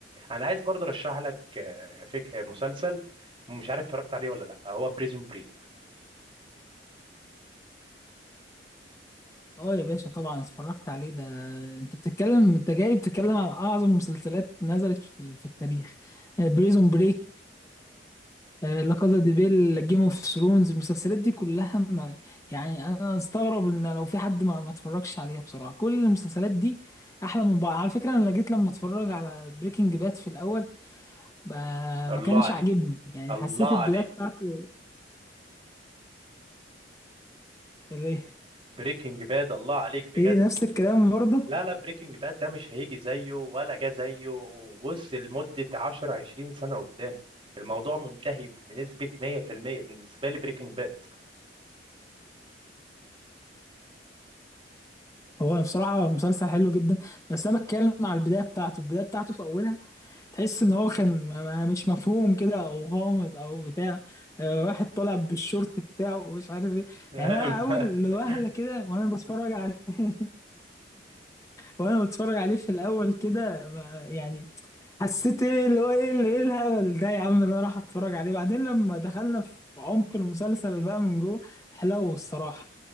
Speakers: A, on the right (about 30°); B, on the left (about 20°).
A: انا عايز برضه ارشح لك آه، فيك آه، مسلسل مش عارف اتفرجت عليه ولا لا هو بريزون بريك
B: اه يا باشا طبعا اتفرجت عليه ده انت بتتكلم انت جاي بتتكلم على اعظم مسلسلات نزلت في, ال- في التاريخ بريزون بريك لا كازا دي بيل جيم اوف ثرونز المسلسلات دي كلها ما يعني انا استغرب ان لو في حد ما, ما اتفرجش عليها بصراحه كل المسلسلات دي احلى من بعض على فكره انا جيت لما اتفرج على بريكنج باد في الاول ب-
A: الله
B: ما كانش
A: عليك
B: عاجبني يعني
A: الله
B: حسيت البدايه
A: عليك
B: بتاعته ليه
A: بريكنج باد الله عليك بجد
B: ايه إيه نفس الكلام برضه
A: لا لا بريكنج باد ده مش هيجي زيه ولا جه زيه بص لمدة 10 20 سنة قدام الموضوع منتهي بنسبة 100% بالنسبة لي بريكنج باد
B: هو بصراحة مسلسل حلو جدا بس أنا بتكلم على البداية بتاعته البداية بتاعته في أولها تحس إن هو كان م- مش مفهوم كده أو غامض أو بتاع آه، واحد طالع بالشورت بتاعه ومش عارف إيه
A: <laughs>
B: يعني أنا أول وهلة كده وأنا بتفرج عليه <laughs> وأنا بتفرج عليه في الأول كده ما- يعني حسيت إيه اللي هو إيه اللي إيه الهبل ده يا عم أنا راح أتفرج عليه بعدين لما دخلنا في عمق المسلسل بقى من جوه حلو الصراحة